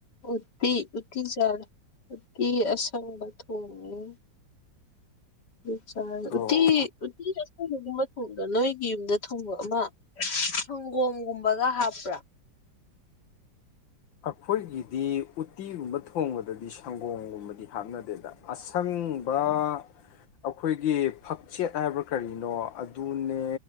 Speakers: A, on the left; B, on the left.
A: ꯎꯇꯤ ꯎꯗꯤꯆꯥꯔꯦ ꯎꯇꯤ ꯑꯁꯪꯕ ꯊꯣꯡꯉꯦ ꯆꯥꯔꯦ ꯎꯇꯤ
B: ꯑꯣ
A: ꯎꯇꯤꯗꯡ <unintelligible> ꯊꯣꯡꯗꯣ ꯅꯣꯏꯒꯤ ꯌꯨꯝꯗ ꯊꯣꯡꯕ ꯑꯃ ꯁꯪꯒꯣꯝꯒꯨꯝꯕꯒ ꯍꯥꯞꯄ꯭ꯔꯥ
B: ꯑꯩꯈꯣꯏꯒꯤꯗꯤ ꯎꯇꯤꯒꯨꯝꯕ ꯊꯣꯡꯕꯗꯗꯤ ꯁꯪꯒꯣꯝꯒꯨꯝꯕꯗꯤ ꯍꯥꯞꯅꯗꯦꯗ ꯑꯁꯪꯕ ꯑꯩꯈꯣꯏꯒꯤ ꯐꯛꯆꯦꯠ ꯍꯥꯏꯕ꯭ꯔꯥ ꯀꯔꯤꯅꯣ ꯑꯗꯨꯅꯦ